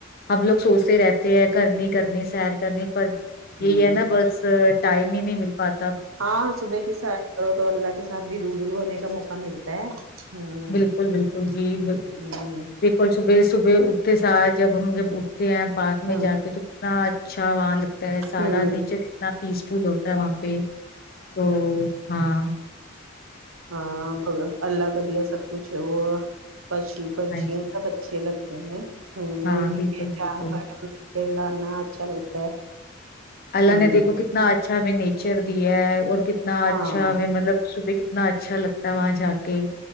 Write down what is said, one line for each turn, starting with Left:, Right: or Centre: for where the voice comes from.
Left: ہم لوگ سوچتے رہتے ہیں کرنی کرنی سیر کرنی پر یہی
Right: ہوں
Left: ہے نا ب بس ٹائم ہی نہیں مل پاتا
Right: ہاں صبح کی سیر کرو تو اللہ کے ساتھ بھی روبرو ہونے کا موقع ملتا ہے ہوں
Left: بالکل بالکل جی بالکل
Right: ہوں
Left: دیکھو صبح صبح اٹھتے ساتھ جب ہم جب اٹھتے ہیں پارک میں
Right: ہاں
Left: جاتے ہیں تو کتنا اچھا وہاں لگ تا ہے سارا
Right: ہوں
Left: نیچر کتنا پیس فل ہوتا ہے وہاں پہ تو ہاں
Right: ہاں اللہ کا دیا سب کچھ ہے وہ پشو پنچیاں
Left: ہاں جی
Right: سب اچھے لگتے ہیں ہ <unintelligible>
Left: ہاں
Right: ان کی
Left: بالکل
Right: پچا
Left: بالکل
Right: چلانا اچھا لگتا ہے
Left: اللہ
Right: ہوں
Left: نے دیکھو کتنا اچھا ہمیں نیچر دیا ہے اور کتنا اچھا
Right: ہاں
Left: ہمیں مطلب صبح اتنا اچھا لگتا ہے وہاں جا کے